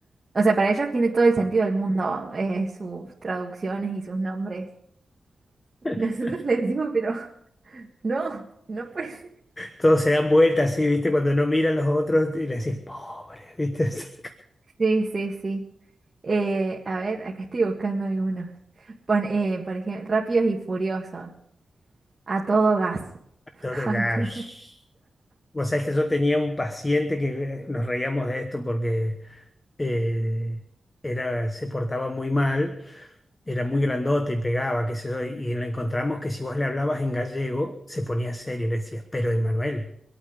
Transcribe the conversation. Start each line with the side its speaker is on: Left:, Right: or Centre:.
Right: O sea, para ellos tiene todo el sentido del mundo eh, sus traducciones y sus nombres. Y
Left: <laughs>
Right: nosotros <laughs> les decimos, pero <laughs> no, no pues
Left: Todos se dan vueltas así, ¿viste? Cuando no miran los otros y le decís, pobre, ¿viste? <laughs>
Right: Sí, sí, sí. Eh, a ver, acá estoy buscando algunos. Pon, eh, por ejemplo, Rápidos y Furiosos. A todo gas.
Left: Todo
Right: <laughs> A
Left: gas.
Right: todo.
Left: Vos sabés que yo tenía un paciente que eh, nos reíamos de esto porque eh, era, se portaba muy mal era muy grandote y pegaba, qué sé yo, y le encontramos que si vos le hablabas en gallego, se ponía serio y le decía, pero Emanuel,